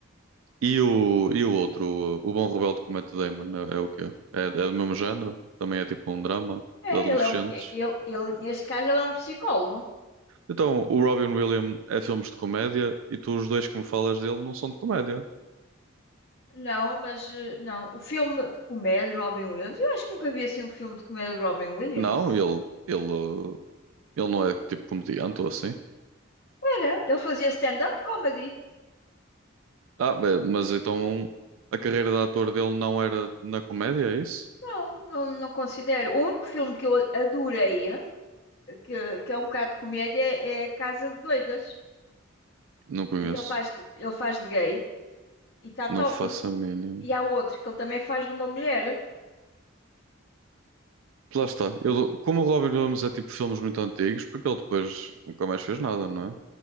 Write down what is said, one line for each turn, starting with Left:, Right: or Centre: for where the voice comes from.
Right: E o, e o outro, o, o Bom Rebelde com o Matt Damon, é, é o quê? É, é do mesmo género? Também é tipo um drama
Left: É,
Right: de adolescentes.
Left: ele é um. é- Ele, ele, neste caso, ele é um psicólogo.
Right: Então, o Robin Williams é filmes de comédia e tu os dois que me falas dele não são de comédia.
Left: Não, mas eh, não. O filme de comédia de Robin Williams. Eu acho que nunca vi assim um filme de comédia de Robin Williams.
Right: Não, ele, ele, uh, ele não é tipo comediante ou assim.
Left: Era, ele fazia stand-up comedy.
Right: Ah, bem, mas então a carreira de ator dele não era na comédia, é isso?
Left: Não, não, não considero. O único filme que eu adorei, que, que é um bocado de comédia, é Casa de Doidas,
Right: Não conheço.
Left: em que ele faz de, ele faz de gay e está
Right: Não
Left: top.
Right: faço a mínima.
Left: E há outro que ele também faz de uma mulher.
Right: Lá está. Eu, como o Robin Williams é tipo filmes muito antigos, porque ele depois nunca mais fez nada, não é?